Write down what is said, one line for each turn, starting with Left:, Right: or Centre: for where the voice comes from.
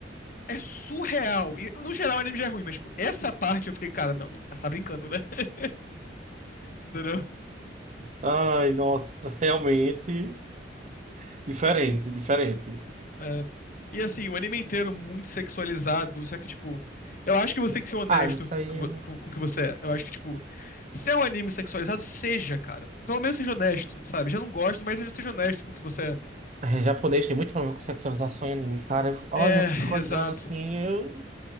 Left: É surreal. E, no geral, o anime já é ruim, mas, tipo, essa parte eu fiquei, cara, não, não você tá brincando, né? <laughs> Entendeu?
Right: Ai, nossa, <laughs> realmente diferente, diferente.
Left: É, e, assim, o anime inteiro muito sexualizado, só que, tipo, eu acho que você tem que ser honesto
Right: Ah, isso
Left: com
Right: aí
Left: o que vo- com, com o que você é. Eu acho que, tipo, se é um anime sexualizado, seja, cara. Pelo menos seja honesto, sabe? Já não gosto, mas seja, seja honesto com o que você
Right: é japonês, tem muito problema com sexualização em anime, cara. Eu- Olha,
Left: é.
Right: eu fico
Left: É,
Right: olhando
Left: exato.
Right: assim, eu...